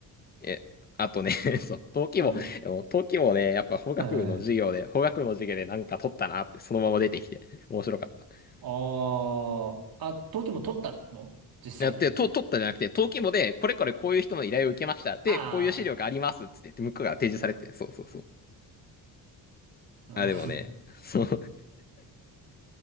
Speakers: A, on the left; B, on the right.
A: え、あとね、<laughs> そう、登記簿、
B: うん。
A: でも登記簿ね、やっぱ法学部の授業で、
B: はいはい
A: 法学部の授業でなんか取ったなって、そのまま出てきて、面白かった。
B: ああ、あ、登記簿取ったの実際に。
A: やって、と取ったじゃなくて、登記簿で、これこれこういう人の依頼を受けました。で、
B: あ
A: こういう資料がありますっつって、向こうが提示されて、そうそうそう。
B: あ、なるほ
A: あ、でもね、そう。